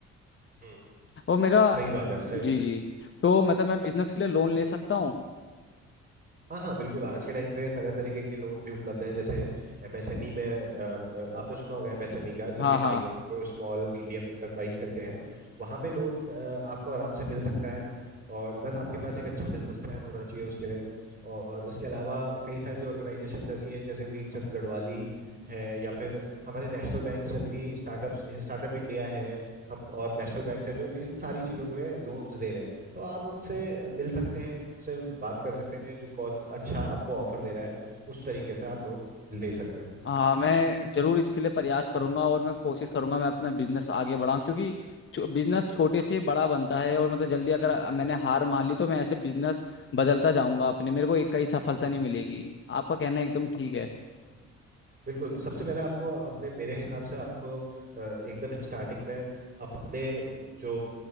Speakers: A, on the right; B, on the left.
A: हम्म
B: और मेरा
A: सही बात है सही
B: जी
A: में
B: जी तो मतलब मैं बिजनेस के लिए लोन ले सकता हूँ
A: हाँ हाँ बिल्कुल आज के टाइम पे तरह तरीके के लोन भी उपलब्ध हैं जैसे एमएसएमई में अम, अ, आपने सुना होगा एमएसएमई का जो
B: हाँ
A: कि
B: हाँ
A: माइक्रो स्मॉल मीडियम एंटरप्राइज करके है वहाँ पे लोन अ, आपको आराम से मिल सकता है और बस आपके पास एक अच्छा बिजनेस प्लान होना चाहिए उसके लिए और उसके अलावा कई सारी ऑर्गेनाइजेशंस ऐसी हैं जैसे वीरचंद गढ़वाली है या फिर हमारे नेशनल बैंक से भी स्टार्टअप स्टार्टअप इंडिया है हम और नेशनल बैंक से जो इन सारी चीज़ों के लिए लोन्स दे रहे हैं तो आप उनसे मिल सकते हैं उनसे बात कर सकते हैं जो कौन अच्छा आपको ऑफर दे रहा है उस तरीके से आप लोन ले सकते
B: हाँ मैं जरूर इसके लिए प्रयास करूंगा और मैं कोशिश करूंगा मैं अपना बिजनेस आगे बढ़ाऊं क्योंकि बिजनेस छोटे से बड़ा बनता है और मतलब जल्दी अगर मैंने हार मान ली तो मैं ऐसे बिजनेस बदलता जाऊंगा अपने मेरे को एक कई सफलता नहीं मिलेगी आपका कहना एकदम ठीक है
A: हैं बिल्कुल सबसे पहले आपको अपने मेरे हिसाब से आपको अ, एकदम स्टार्टिंग में अपने जो